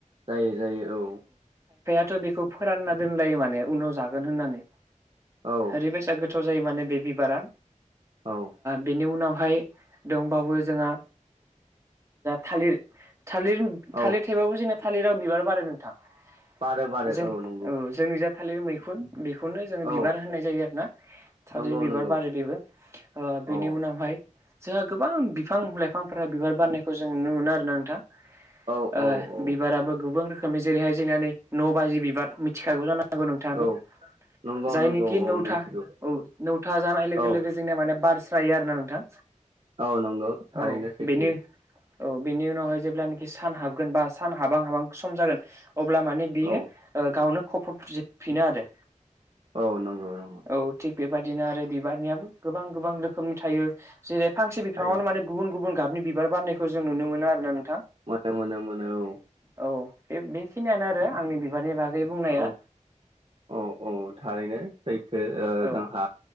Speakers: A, on the right; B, on the right.
A: जायो जायो औ
B: बेखौ फोरानना दोनलायो माने उनाव जागोन होननानै
A: औ
B: ओरैबायसा गो- थाव जायो माने बे बिबारा
A: औ
B: बेनि उनाव बेहाय दंबावो जोंहा थालिर थालिर थालिर
A: औ
B: थाइबाबो जोंना थालिराव बिबार बारो नोंथां जों
A: बारो बारो नंगौ
B: औ जोंनि जा थालिर मैखुन बेखौनो जोङो बिबार
A: औ
B: होननाय जायो आरो ना थादिर
A: नंगौ
B: बिबार
A: नंगौ
B: बारो बेबो बेनि
A: औ
B: उनावहाय जोंहा गोबां बिफां लाइफांफोरा बिबार बारनायखौ जों नुनो मोनो आरोना नोंथां ओ
A: औ औ औ
B: बिबाराबो गोबां रोखोमनि जेरैहाय जोंनिया नै न' बाजि बिबार मिथिखागौ जानां गौ नोंथाङाबो
A: औ नंगौ
B: जायनिखि
A: नंगौ औ
B: नौथा
A: मिथिगौ
B: औ नौथा जानाय लोगो
A: औ
B: लोगो जोंनिया माने बार स्रायो आरोना नोंथां
A: औ नंगौ थारैनो
B: औ
A: सैथो
B: बेनि औ बेनि उनावहाय जेब्लानाखि सान हाबगोन बा सान हाबां हाबां सम जागोन अब्ला माने बियो
A: औ
B: गावनो खफबजोबफिनो आरो
A: औ नंगौ नंगौ
B: औ थिग बेबायदिनो आरो बिबारनियाबो गोबां गोबां रोखोमनि थायो जेरै फांसे बिफाङावनो
A: थायो
B: माने गुबुन गुबुन गाबनि बिबार बारनायखौ जों नुनो मोनो आरो ना
A: मानो मोनो मोनो औ
B: औ बे बेखिनियानो आरो आंनि बिबारनि बागै बुंनाया
A: औ औ औ थारैनो सैथो ओ
B: औ
A: जोंहा